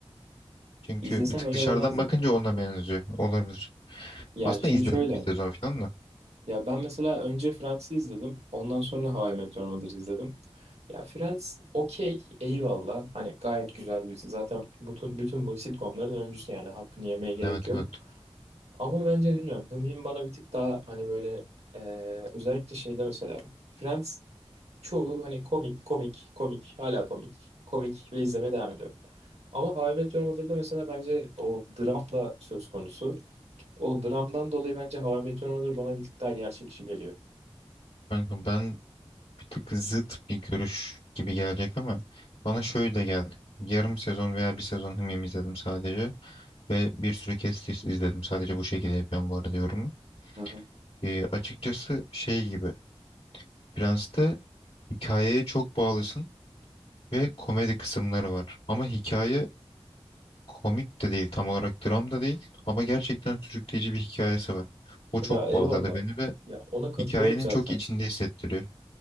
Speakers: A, on the left (about 70°); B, on the right (about 90°).
A: Çünkü
B: İzlesen
A: bir tık
B: öyle
A: dışarıdan
B: demezdin.
A: bakınca ona benziyor. Olabilir.
B: Ya
A: Aslında
B: şimdi
A: izledim
B: şöyle.
A: bir sezon falan da.
B: Ya ben mesela önce Friends'i izledim. Ondan sonra How I Met Your Mother'ı izledim. Ya Friends okey, eyvallah. Hani gayet güzel bir dizi. Zaten bütün, bütün bu sitcomların öncüsü yani. Hakkını yemeye gerek
A: Evet
B: yok.
A: evet.
B: Ama bence bilmiyorum. Hımim bana bir tık daha hani böyle e, özellikle şeyde mesela. Friends çoğu hani komik, komik, komik. Hala komik. Komik ve izlemeye devam ediyor. Ama How I Met Your Mother'da mesela bence o dram da söz konusu. O dramdan dolayı bence How I Met Your Mother bana bir tık daha gerçekçi geliyor.
A: Kanka ben bir tık zıt bir görüş gibi gelecek ama bana şöyle de geldi. Yarım sezon veya bir sezon Hımyım izledim sadece. Ve bir sürü kesit izledim. Sadece bu şekilde yapıyorum bu arada yorumu.
B: Aha.
A: Ee, açıkçası şey gibi. Prens'te hikayeye çok bağlısın ve komedi kısımları var. Ama hikaye Komik de değil tam olarak dram da değil ama gerçekten sürükleyici bir hikayesi var. O çok
B: Ya eyvallah.
A: bağladı beni ve
B: Ya ona katılıyorum
A: hikayenin
B: zaten.
A: çok içinde hissettiriyor.